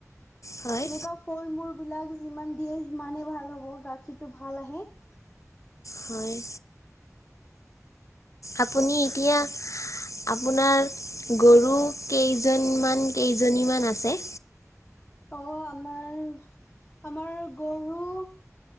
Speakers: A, on the left; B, on the left.
A: হয়।
B: এনেকুৱা ফল মূল বিলাক যিমান দিয়ে সিমানে ভাল হ'ব, গাখীৰটো ভাল আহে।
A: হয়। আপুনি এতিয়া আপোনাৰ গৰু কেইজনমান, কেইজনীমান আছে।
B: অ', আমাৰ, আমাৰ গৰু